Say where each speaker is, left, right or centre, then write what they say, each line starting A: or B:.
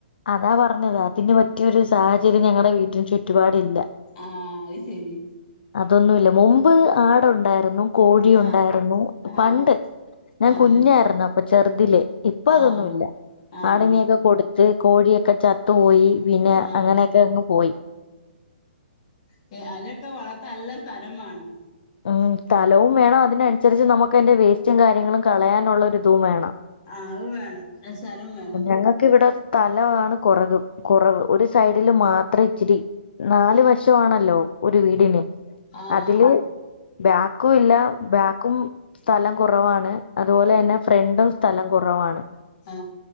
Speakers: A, on the left; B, on the left.
A: അതാ പറഞ്ഞത് അതിന് പറ്റിയൊരു സാഹചര്യം ഞങ്ങളടെ വീട്ടന് ചുറ്റുപാടില്ല
B: ആഹ് അശരി
A: അതൊന്നു ഇല്ല മുമ്പ് ആടു ഉണ്ടായിരുന്നു കോഴി ഉണ്ടായിരുന്നു
B: ആഹ് ആഹ്
A: പണ്ട് ഞാൻ
B: അതെ
A: കുഞ്ഞായിരുന്നപ്പൊ ചെറുതിലെ ഇപ്പ
B: ആഹ്
A: അതൊന്നുമില്ല
B: ആഹ്
A: ആടിനെയൊക്കെ കൊടുത്ത് കോഴിയൊക്കെ ചത്തു പോയി പിന്നെ
B: ആഹ്
A: അങ്ങനെയൊക്കെ അങ്ങ് പോയി
B: പി അതൊക്കെ വളർത്ത നല്ല സ്ഥലം വേണം
A: ഉം സ്ഥലവും വേണം അതിനനുസരിച്ച് നമുക്ക് അതിന്റെ വേസ്റ്റും കാര്യങ്ങളും കളയാനുള്ള ഒര് തും വേണം.
B: ആ അവും വേണം സലം വേണം.
A: ഞങ്ങക്ക് ഇവിടെ സ്ഥലാമാണ് കുറക് കുറവ് ഒരു സൈഡില് മാത്രം ഇച്ചിരി നാല് വശമാണല്ലോ ഒരു വീടിന്
B: ആ
A: അതില്
B: ആ
A: ബാക്കും ഇല്ല ബാക്കും സ്ഥലം കുറവാണ് അതുപോലെ തന്നെ ഫ്രണ്ടും സ്ഥലം കുറവാണ്.
B: ആ